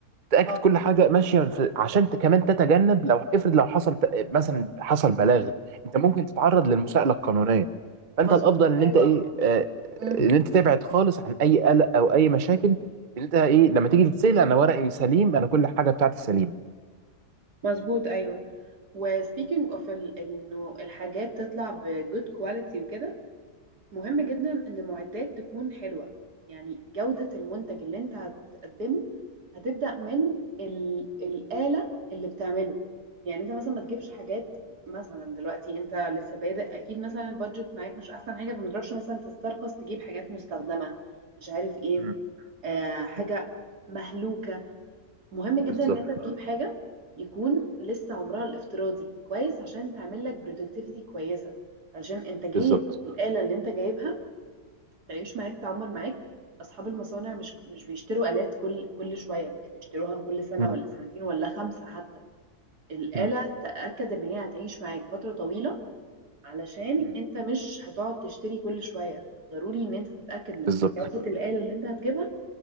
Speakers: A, on the right (about 40°); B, on the right (about 80°).
A: تاكد
B: اه
A: كل حاجه ماشيه في... عشان ت- كمان تتجنب لو افرض لو حصل ت- مثلا حصل بلاغ انت ممكن تتعرض للمساءله القانونيه فانت
B: مظبوط
A: الافضل ان
B: ايوه
A: انت ايه آه،
B: م.
A: ان انت تبعد خالص عن اي قلق او اي مشاكل ان انت ايه لما تيجي تتسال انا ورقي سليم انا كل حاجه بتاعتي سليمه
B: مظبوط ايوه وسبيكينج اوف انه الحاجات تطلع بجود كواليتي وكده مهم جدا ان المعدات تكون حلوة يعني جودة المنتج اللي انت هتقدمه هتبدأ من ال... الآلة اللي بتعمله يعني انت مثلا ما تجيبش حاجات مثلا دلوقتي انت لسه بادئ اكيد مثلا البادجت معاك مش احسن حاجة فما تروحش مثلا تسترخص تجيب حاجات مستخدمة مش عارف ايه
A: مم.
B: آه حاجة
A: مم.
B: مهلوكة مهم جدا
A: بالظبط
B: ان انت تجيب حاجة يكون لسه عمرها الافتراضي كويس عشان تعمل لك برودكتيفيتي كويسة عشان انتاجية
A: بالظبط
B: الآلة اللي انت جايبها تعيش معاك تعمر معاك اصحاب المصانع مش مش بيشتروا آلات كل كل شويه مش بيشتروها كل سنه
A: مم.
B: ولا سنتين ولا خمسه حتى الآلة
A: مم.
B: تأكد ان هي هتعيش معاك فتره طويله علشان
A: مم.
B: انت مش هتقعد تشتري كل شويه ضروري ان انت تتأكد من
A: بالظبط
B: جودة الآلة اللي انت هتجيبها